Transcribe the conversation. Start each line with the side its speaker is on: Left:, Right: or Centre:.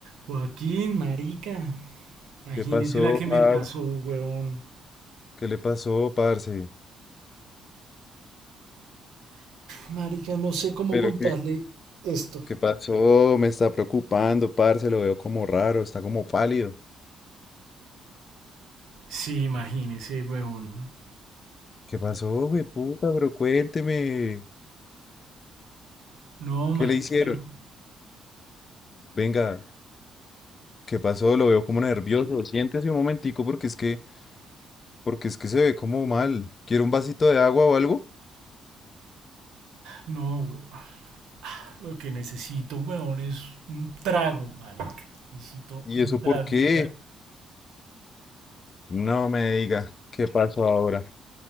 Right: Joaquín, marica. Imagínese
Left: ¿Qué pasó,
Right: la que
Left: par?
Right: me pasó, weón.
Left: ¿Qué le pasó, parce?
Right: Marica, no sé cómo
Left: Pero
Right: contarle
Left: qué,
Right: esto.
Left: ¿qué pasó? Me está preocupando, parce, lo veo como raro, está como pálido.
Right: Sí, imagínese, weón.
Left: ¿Qué pasó, güey, puta? Pero cuénteme,
Right: No, marica,
Left: ¿qué le hicieron?
Right: no.
Left: <laughs> Venga, ¿qué pasó? Lo veo como nervioso. Siéntese un momentico porque es que, porque es que se ve como mal. ¿Quiere un vasito de agua o algo?
Right: No, weón. Lo que necesito, weón, es un trago, marica. Necesito
Left: ¿Y
Right: un
Left: eso
Right: trago
Left: por qué?
Right: ya.
Left: No me diga, ¿qué pasó ahora?